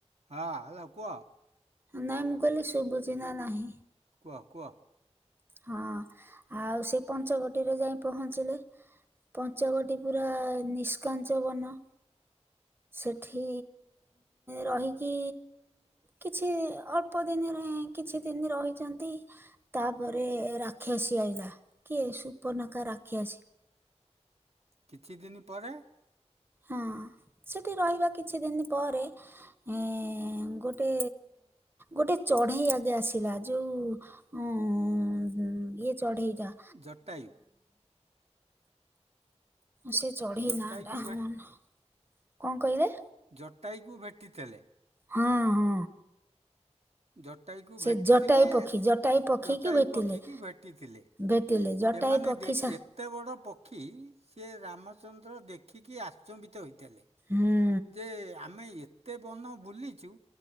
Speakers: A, on the right; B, on the right.
A: ହଁ ହାଲୋ କୁହ?
B: ନାହିଁ ମୁଁ କଇଲି ଶୁଭୁଚିନା ନାହିଁ?
A: କୁଅ କୁଅ?
B: ହଁ ଆଉ ସେ ପଞ୍ଚବଟୀରେ ଯାଇ ପହଞ୍ଚିଲେ। ପଞ୍ଚବଟୀ ପୁରା ନିଷ୍କାଞ୍ଚ ବନ। ସେଠି ରହିକି କିଛି ଅଳ୍ପ ଅଳ୍ପ ଦିନରେ କିଛି ଦିନ ରହିଛନ୍ତି। ତାପରେ ରାକ୍ଷସୀ ଆଇଲା କିଏ ସୁପନକା ରାକ୍ଷସୀ।
A: କିଛି ଦିନ ପରେ
B: ହଁ ସେଠି ରହିବା କିଛି ଦିନ ପରେ ଏଁ ଗୋଟେ ଗୋଟେ ଚଢେଇ ଆଗେ ଆସିଲା ଯୋଉ ଉଁ ଇଏ ଚଢେଇ ଟା।
A: ଜଟାଇ।
B: ସେ ଚଢେଇ
A: ଜଟାୟୁକୁ
B: ନା ଟା ମନେ ନାଇଁ କଣ କହିଲେ?
A: ଜଟାଇକୁ ଭେଟିଥେଲେ।
B: ହଁ ହଁ।
A: ଜଟାୟୁକୁ
B: ସେ
A: ଭେଟିଥିଲେ
B: ଜଟାଇ ପକ୍ଷୀ
A: ଜ-
B: ଜଟାଇ ପକ୍ଷୀକି
A: ଜଟାୟୁ
B: ଭେଟିଲେ।
A: ପକ୍ଷୀକି ଭେଟିଥିଲେ
B: ଭେଟିଲେ ଜଟାଇ
A: ଏମାନେ
B: ପକ୍ଷୀ
A: ଦେଖ-
B: ସା
A: ଏତେ ବଡ଼ ପକ୍ଷୀ ସିଏ ରାମଚନ୍ଦ୍ର ଦେଖିକି ଆଶ୍ଚମ୍ବିତ ହେଇଥେଲେ।
B: ହୁଁ।
A: ଯେ ଆମେ ଏତେ ବନ ବୁଲିଛୁ